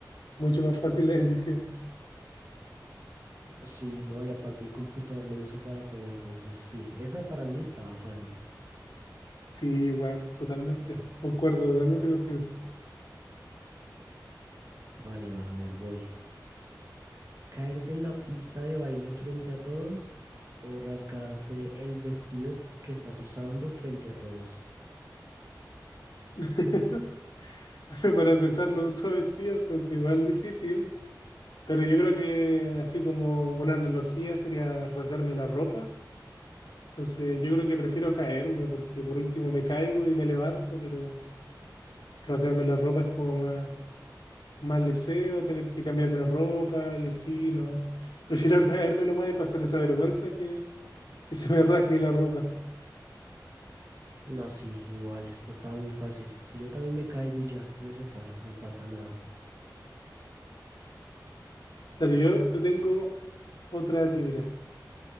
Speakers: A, on the left (about 80°); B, on the right (about 40°).
A: mucho más fácil la decisión.
B: Sí, no, y aparte el computador lo uso para todo. Entonces, sí, esa para mí estaba fácil.
A: Sí, igual, totalmente. Concuerdo totalmente contigo.
B: Vale, vas a ver, voy. ¿Caerte en la pista de baile frente a todos o rasgarte el vestido que estás usando frente a todos?
A: <laughs> Pero Para empezar, no uso vestido, entonces igual difícil. Pero yo creo que así como una analogía sería rasgarme la ropa Entonces yo creo que prefiero caerme porque por último me caigo y me levanto, pero rasgarme la ropa es como más, más leseo, tener que cambiarme de ropa y así, ¿no? Prefiero <laughs> caerme nomás y pasar esa vergüenza que, que se me rasgue la ropa.
B: No, sí, igual, esta estaba muy fácil. Si yo también me caigo y ya, uno se para, no pasa nada.
A: Dale, yo te tengo otra de ti, mira.